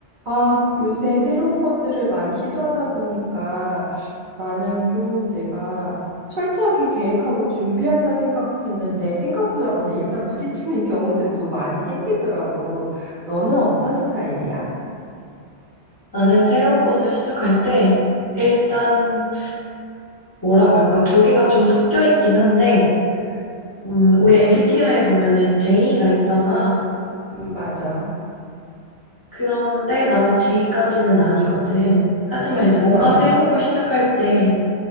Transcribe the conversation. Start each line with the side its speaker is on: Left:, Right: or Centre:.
Right: 아, 요새 새로운 것들을 많이 시도하다 보니까 나는 좀 내가 철저하게 계획하고 준비한다 생각했는데 생각보다 그냥 일단 부딪히는 <laughs> 경우들도 많이 생기더라고. 너는 어떤 스타일이야?
Left: 나는 새로운 곳을 시작할 때, 일단, 뭐라고 할까, 두 개가 좀 섞여 있긴 한데, 음, 왜 MBTI에 보면은 J가 있잖아.
Right: 음, 맞아.
Left: 그런데 나는 J까지는 아니거든. 하지만 이제 뭔가
Right: 그럼.
Left: 새로운 걸 시작할 때